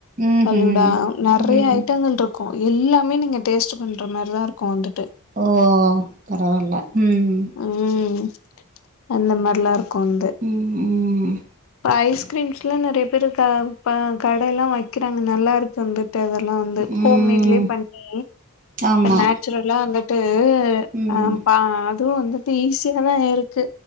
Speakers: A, on the right; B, on the left.
A: ம்ஹும்
B: பள்ளூடா நர்றையா
A: ம்
B: ஐட்டங்கள் ருக்கு எல்லாமே நீங்க டேஸ்ட்டுப் பண்ற மார் தா இருக்கு வந்துட்டு
A: ஓஓஓ பரவால்ல ம்
B: அம் அந்த மார்லா இருக்கோ வந்து
A: ம்
B: அ ஐஸ்க்ரீம்ஸ்ல நறைய் பேரு காம் பா கடே எல்லா வக்கிறாங்க நல்லாருக் வந்து டெவர்லா வந்து
A: ம்
B: ஹோம்
A: ம்
B: மேட்லே பண்ணி
A: ஆமா
B: நேச்சுரல்லா அந்தக் டு எ
A: ம்
B: அம் பா அதுவு வந்துட்டு ஈஸியா தா இருக் க்கு